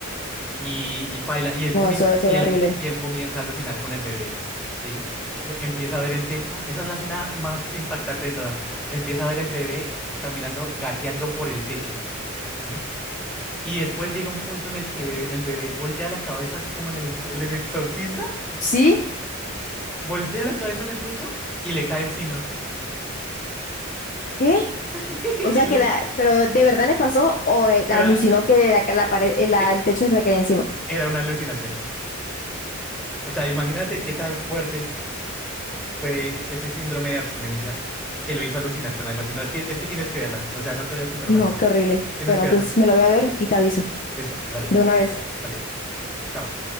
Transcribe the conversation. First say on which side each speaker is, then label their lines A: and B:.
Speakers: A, in the centre; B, on the left.
A: Y, y paila, y él comienza,
B: No, eso debe ser
A: y
B: horrible.
A: él, y él comienza a alucinar con el bebé, ¿sí? E- empieza a ver el techo, esa es la escena más impactante de todas. Empieza a ver el bebé caminando, gateando por el techo, ¿sí? Y después llega un punto en el que bebé- el bebé voltea la cabeza, así como en el, en el exorcista,
B: ¿Sí?
A: voltea la cabeza en el techo y le cae encima.
B: ¿Qué?
A: <laughs> Y
B: O sea
A: le-
B: que la, pero ¿de verdad le pasó o eh,
A: era,
B: la alucinó que
A: e-
B: la, que la
A: e-
B: pared, eh, la-
A: e-
B: el techo se le caía encima?
A: era una alucinación. O sea, imagínate qué tan fuerte. fue ese síndrome de abstinencia que lo hizo alucinar con algo así. No, es que, es que tienes que verla. O sea, no te voy a contar
B: No,
A: más.
B: qué horrible.
A: Tienes
B: Bueno,
A: que
B: entonces
A: verla.
B: me lo voy a ver y te aviso
A: Listo, dale.
B: de una
A: Bueno,
B: vez.
A: dale. ch- Chao.